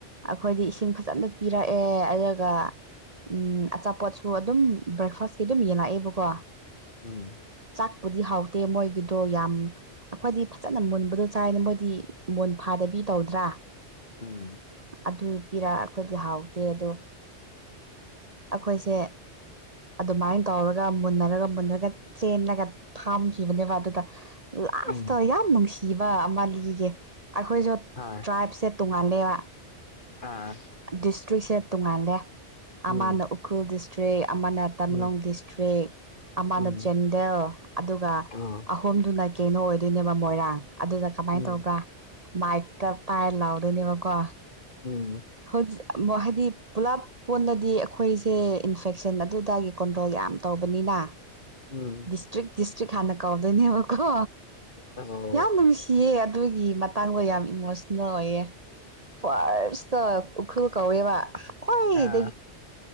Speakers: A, on the right; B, on the left.
A: ꯑꯩꯈꯣꯏꯗꯤ ꯏꯁꯤꯡ ꯐꯖꯅ ꯄꯤꯔꯛꯑꯦ ꯑꯗꯨꯒ ꯎꯝ ꯑꯆꯥꯄꯣꯠꯁꯨ ꯑꯗꯨꯝ ꯕ꯭ꯔꯦꯛꯐꯥꯁꯀꯤ ꯑꯗꯨꯝ ꯌꯦꯜꯂꯛꯑꯦꯕꯀꯣ
B: ꯎꯝ
A: ꯆꯥꯛꯄꯨꯗꯤ ꯍꯥꯎꯇꯦ ꯃꯣꯏꯒꯤꯗꯣ ꯌꯥꯝ ꯑꯩꯈꯣꯏꯗꯤ ꯐꯖꯅ ꯃꯨꯟꯕꯗꯣ ꯆꯥꯏꯅ ꯃꯣꯏꯗꯤ ꯃꯨꯟ ꯐꯥꯗꯕꯤ ꯇꯧꯗ꯭ꯔꯥ
B: ꯎꯝ
A: ꯑꯗꯨ ꯄꯤꯔꯛ ꯑꯩꯈꯣꯏꯗꯤ ꯍꯥꯎꯗꯦ ꯑꯗꯣ ꯑꯩꯈꯣꯏꯁꯦ ꯑꯗꯨꯃꯥꯏꯅ ꯇꯧꯔꯒ ꯃꯨꯟꯅꯔꯒ ꯃꯨꯟꯅꯔꯒ ꯆꯦꯂꯒ ꯊꯥꯝꯈꯤꯕꯅꯦꯕ ꯑꯗꯨꯗ ꯂꯥꯁꯇ
B: ꯎꯝ
A: ꯌꯥꯝ ꯅꯨꯡꯁꯤꯕ ꯃꯥꯂꯤꯒꯤ ꯑꯩꯈꯣꯏꯁꯨ
B: ꯍꯣꯏ
A: ꯇ꯭ꯔꯥꯏꯞꯁꯦ ꯇꯣꯡꯉꯥꯟꯂꯦ ꯍ
B: ꯑꯥ
A: ꯗꯤꯁꯇ꯭ꯔꯤꯛꯁꯦ ꯇꯣꯉꯥꯟꯂꯦ
B: ꯎꯝ
A: ꯑꯃꯅ ꯎꯈ꯭ꯔꯨꯜ ꯗꯤꯁꯇ꯭ꯔꯤꯛ ꯑꯃꯅ ꯇꯃꯦꯡꯂꯣꯡ
B: ꯎꯝ
A: ꯗꯤꯁꯇ꯭ꯔꯤꯛ ꯑꯃꯅ
B: ꯎꯝ
A: ꯆꯥꯟꯗꯦꯜ ꯑꯗꯨꯒ
B: ꯑꯣ
A: ꯑꯍꯣꯝꯗꯨꯅ ꯀꯩꯅꯣ ꯑꯣꯏꯗꯣꯏꯅꯦꯕ ꯃꯣꯏꯔꯥꯡ ꯑꯗꯨꯗ ꯀꯃꯥꯏꯅ
B: ꯎꯝ
A: ꯇꯧꯕ꯭ꯔꯥ ꯃꯏꯛꯛꯇ ꯄꯥꯏꯔ ꯂꯥꯎꯗꯣꯏꯅꯦꯕꯀꯣ
B: ꯎꯝ
A: ꯍꯧ ꯃ ꯍꯥꯏꯗꯤ ꯄꯨꯂꯞ ꯄꯣꯟꯂꯗꯤ ꯑꯩꯈꯣꯏꯁꯦ ꯏꯟꯐꯦꯛꯁꯟ ꯑꯗꯨꯗꯒꯤ ꯀꯟꯇ꯭ꯔꯣꯜ ꯌꯥꯝ ꯇꯧꯕꯅꯤꯅ
B: ꯎꯝ
A: ꯗꯤꯁꯇ꯭ꯔꯤꯛ ꯗꯤꯁꯇ꯭ꯔꯤ ꯈꯥꯟꯅ ꯀꯥꯎꯧꯗꯣꯏꯅꯤ ꯑꯕ ꯀꯣ
B: ꯑꯣ
A: ꯌꯥꯝ ꯉꯨꯡꯁ ꯁꯤꯌꯦ ꯑꯗꯨꯒꯤ ꯃꯇꯥꯡꯗꯣ ꯌꯥꯝ ꯏꯃꯣꯁꯅꯦꯜ ꯑꯣꯏꯌꯦ ꯐꯥꯔꯁꯇ ꯎꯈ꯭ꯔꯨ ꯀꯧꯋꯦꯕ ꯍꯣꯏ
B: ꯑꯥ